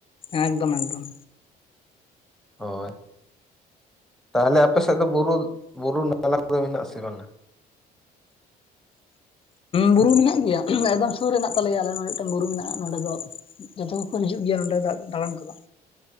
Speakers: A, on the left; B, in the centre.
A: ᱮᱠᱫᱚᱢ ᱮᱠᱫᱚᱢ
B: ᱦᱳᱭ ᱛᱟᱦᱚᱞᱮ ᱟᱯᱮ ᱥᱮᱫ ᱫᱚ ᱵᱩᱨᱩ ᱵᱩᱨᱩ ᱱᱟᱞᱟ ᱠᱚᱫᱚ ᱢᱮᱱᱟᱜ ᱟᱥᱮ ᱵᱟᱝ ᱟ
A: ᱵᱩᱨᱩ ᱢᱮᱱᱟᱜ ᱜᱮᱭᱟ ᱮᱠᱫᱚᱢ ᱥᱩᱨ ᱨᱮ ᱢᱮᱱᱟᱜ ᱛᱟᱞᱮᱭᱟ ᱟᱞᱮ ᱱᱚᱰᱮ ᱢᱤᱫᱴᱮᱱ ᱵᱩᱨᱩ ᱢᱮᱱᱟᱜᱼᱟ ᱱᱚᱰᱮ ᱫᱚ ᱡᱚᱛᱚ ᱜᱮᱠᱚ ᱦᱤᱡᱩᱜ ᱜᱮᱭᱟ ᱱᱚᱸᱰᱮ ᱫᱟᱬᱟᱱ ᱠᱚᱫᱚ